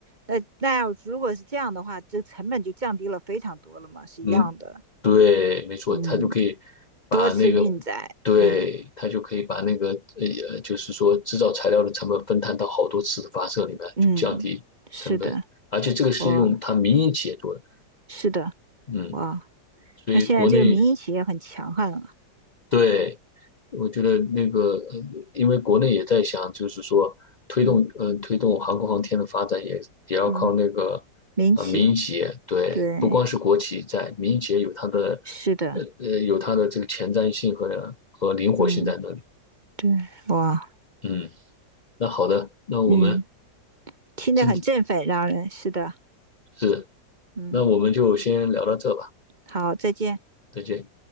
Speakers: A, on the right; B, on the left.
A: 那那要如果是这样的话，这成本就降低了非常多了嘛，是一样的。
B: 嗯，对，没错，
A: 嗯，
B: 它就可以把那个，
A: 多次运载，
B: 对，
A: 嗯
B: 它就可以把那个呃，呃就是说制造材料的成本分摊到好多次的发射里面，
A: 嗯，
B: 就降低成本。
A: 是的，
B: 而且这个是用它民营企业做的，
A: 哇，是的，
B: 嗯，
A: 哇，
B: 所以国内
A: 那现在这个民营企业很强悍了。
B: 对，我觉得那个，呃，因为国内也在想，就是说推动，
A: 嗯
B: 呃，推动航空航天的发展也，也要靠那个，
A: 嗯，民企，
B: 呃，民营企业。对，
A: 对，
B: 不光是国企在，民营企业有它的，
A: 是的，
B: 呃呃，有它的这个前瞻性和和灵活性在那里。
A: 嗯对，哇，
B: 嗯，那好的，那我们
A: 嗯，听着很振奋，
B: 今天
A: 让人是的，
B: 是，
A: 嗯。
B: 那我们就先聊到这吧，
A: 好，再见。
B: 再见。